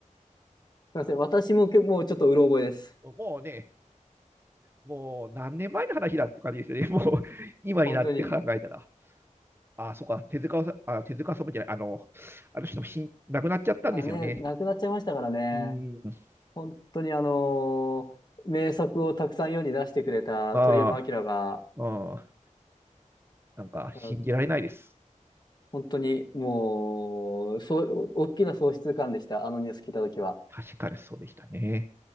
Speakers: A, on the left; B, on the right.
A: すいません。
B: なる
A: 私もけ、もうちょっとうろ覚えです。
B: ほどもうね、もう何年前の話だって感じですよね。<laughs> もう今になって考えたら。
A: 本当に。
B: ああ、そっか、手塚さん、あ、手塚さんじゃない、あの、あの人もしん亡くなっちゃったんですよね。
A: あね、亡くなっちゃいましたからね。
B: うーん。
A: 本当にあのー名作をたくさん世に出してくれた鳥山明が、
B: ああ、うん、なんか信じられないです。
A: あ本当にもう、そう、大きな喪失感でした、あのニュース聞いたときは。
B: 確かにそうでしたね。